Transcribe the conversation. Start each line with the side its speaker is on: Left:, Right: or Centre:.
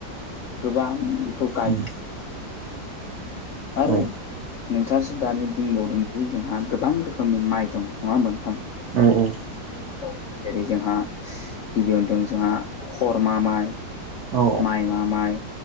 Left: गोबां बेखौ गाय
Right: उम
Left: आरो
Right: औ
Left: नोंथाङासो दानि बुंबावदोंमोन जि जोंहा गोबां रोखोमनि माइ दं। नङा होमबा नोंथां?
Right: औ औ
Left: उम उम दं। जेरै- जोंहा गिबियावदों जोंहा खरमा माइ।
Right: औ
Left: माइमा माइ